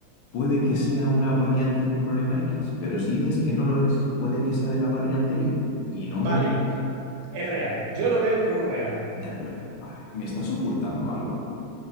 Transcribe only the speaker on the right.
Vale,
es real. Yo lo veo como real.